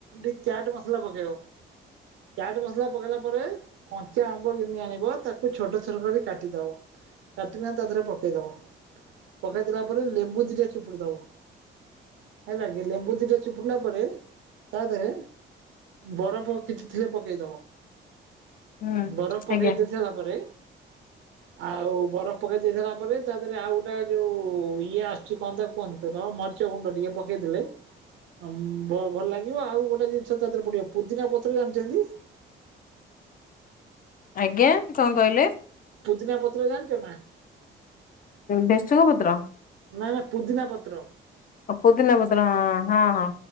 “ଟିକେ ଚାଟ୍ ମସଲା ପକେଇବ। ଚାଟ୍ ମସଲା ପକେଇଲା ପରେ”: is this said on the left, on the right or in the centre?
Right